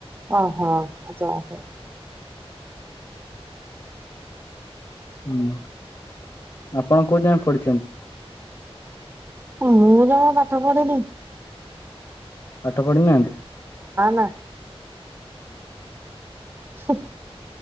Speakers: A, on the right; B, on the left.
A: ଓ ହୋ ଯାହା ହେଉ।
B: ହୁଁ ଆପଣ କୋଉ ଜାଙ୍କେ ପଡିଛନ୍ତି?
A: ମୁଁ ଯମା ପାଠ ପଢ଼ିନି।
B: ପାଠ ପଢିନାହାନ୍ତି?
A: ନା ହୁଁ